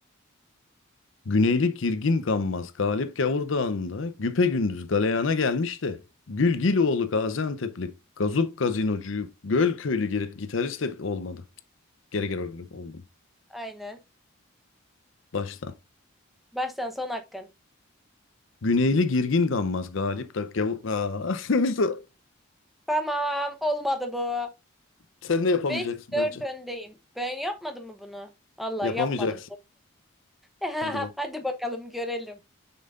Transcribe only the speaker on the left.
Güneyli Girgin Gammaz Galip Gavur Dağı'nda güpegündüz galeyana gelmişti. de Gülgiloğlu Gaziantep'li Gazup Gazinocu'yu Gölköylü gir- gitarist de olmadı. Geri geri oldum.
Baştan.
Güneyli Girgin Gammaz Galip da Gavu- Aa. <laughs>
Sen de yapamayacaksın
bence.
Yapamayacaksın.
Hadi bak.